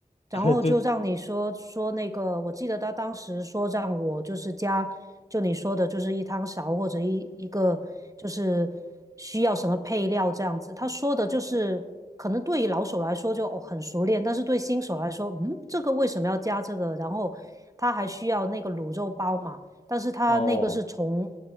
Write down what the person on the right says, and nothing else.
然后就让你说说那个，
我记得他当时说让我就是加，就你说的，就是一汤勺或者一一个就是需要什么配料这样子。他说的就是可能对于老手来说就哦很熟练，但是对新手来说，嗯，这个为什么要加这个？然后他还需要那个卤肉包嘛，但是他那个是从